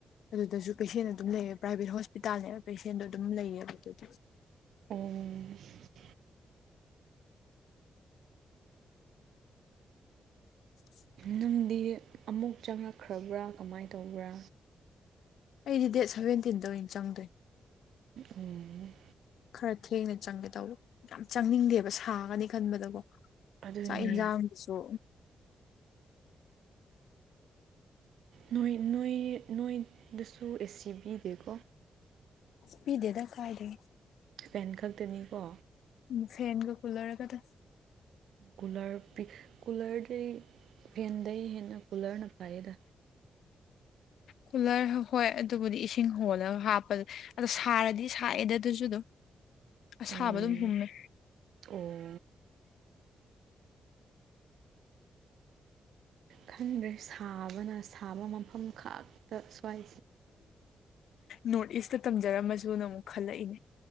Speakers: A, on the left; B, on the right.
A: ꯑꯗꯨꯗꯁꯨ ꯀꯩꯁꯦꯟ ꯑꯗꯨꯝ ꯂꯩꯌꯦ ꯄ꯭ꯔꯥꯏꯚꯦꯠ ꯍꯣꯁꯄꯤꯇꯥꯜꯅꯦꯕ ꯄꯦꯁꯦꯟꯗꯣ ꯑꯗꯨꯝ ꯂꯩꯌꯦꯕ ꯑꯗꯨꯗ
B: ꯑꯣ
A: <inaudible>
B: ꯅꯪꯗꯤ ꯑꯃꯨꯛ ꯆꯪꯉꯛꯈ꯭ꯔꯕ꯭ꯔꯥ ꯀꯃꯥꯏꯅ ꯇꯧꯕ꯭ꯔꯥ
A: ꯑꯩꯗꯤ ꯗꯦꯠ ꯁꯕꯦꯟꯇꯤꯟꯗ ꯑꯣꯏꯅ ꯆꯪꯗꯣꯏ
B: ꯎꯝ
A: ꯈꯔ ꯊꯦꯡꯅ ꯆꯪꯒꯦ ꯇꯧꯕ ꯌꯥꯝ ꯆꯪꯅꯤꯡꯗꯦꯕ ꯁꯥꯒꯅꯤ ꯈꯟꯕꯗꯀꯣ
B: ꯑꯗꯨꯅꯦ
A: ꯆꯥꯛ ꯏꯟꯖꯥꯡꯁꯨ
B: ꯅꯣꯏ ꯅꯣꯏ ꯅꯣꯏꯗꯁꯨ ꯑꯦ ꯁꯤ ꯄꯤꯗꯦꯀꯣ
A: ꯄꯤꯗꯦꯗ ꯀꯥꯏꯗꯦ
B: ꯁꯨꯄꯦꯟ ꯈꯛꯇꯅꯤꯀꯣ
A: ꯎꯝ ꯐꯦꯟꯒꯣ ꯀꯨꯂꯔ ꯀꯥꯗꯪ
B: ꯀꯨꯂꯔ ꯀꯨꯂꯔꯗꯔ ꯐꯦꯟꯗꯩ ꯍꯦꯟꯅ ꯀꯨꯂꯔꯅ ꯐꯥꯏꯗ
A: ꯀꯨꯂꯔ ꯍꯣꯏ ꯑꯗꯨꯕꯨꯗꯤ ꯏꯁꯤꯡ ꯍꯣꯜꯂꯒ ꯍꯥꯞꯄꯗ ꯑꯗꯣ ꯁꯥꯔꯗꯤ ꯁꯥꯛꯑꯦꯗ ꯑꯗꯨꯁꯨ ꯑꯗꯨꯝ ꯑꯁꯥꯕ
B: ꯑꯣ
A: ꯑꯗꯨꯝ ꯍꯨꯝꯃꯦ
B: ꯑꯣ ꯈꯟꯗ꯭ꯔꯦ ꯁꯥꯕꯅ ꯁꯥꯕ ꯃꯐꯝ ꯈꯛ ꯁ꯭ꯋꯥꯏ
A: ꯅꯣꯔꯠ ꯏꯁꯇ ꯇꯝꯖꯔꯝꯃꯁꯨꯅ ꯑꯃꯨꯛ ꯈꯜꯂꯛꯏꯅꯦ